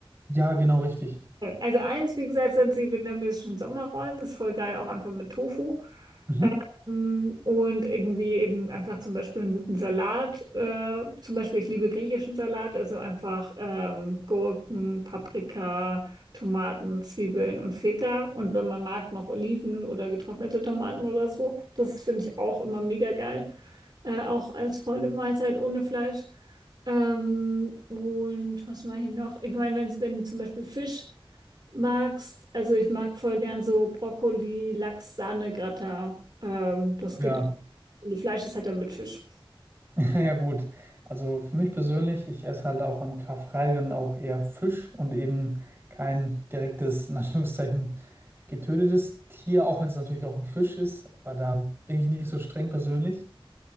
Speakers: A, on the right; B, on the right.
A: Ja, genau richtig.
B: Also eins, wie gesagt, sind die vietnamesischen Sommerrollen. Das ist voll geil, auch einfach mit Tofu.
A: Mhm.
B: Ähm, und irgendwie eben einfach zum Beispiel einen guten Salat. Äh, zum Beispiel, ich liebe griechischen Salat, also einfach ähm, Gurken, Paprika, Tomaten, Zwiebeln und Feta. Und wenn man mag, noch Oliven oder getrocknete Tomaten oder so. Das finde ich auch immer mega geil. Äh, auch als volle Mahlzeit ohne Fleisch. Ähm, und was mache ich noch? Ich meine, wenn's, wenn zum Beispiel Fisch magst, also ich mag voll gern so Brokkoli, Lachs, Sahne, Gratin. Ähm, das
A: Ja,
B: geht auch. Und Fleisch ist halt dann mit Fisch.
A: <laughs> ja gut. Also für mich persönlich, ich esse halt auch an Karfreitag dann auch eher Fisch und eben kein direktes, in Anführungszeichen, getötetes Tier, auch wenn es natürlich auch ein Fisch ist, aber da bin ich nicht so streng persönlich.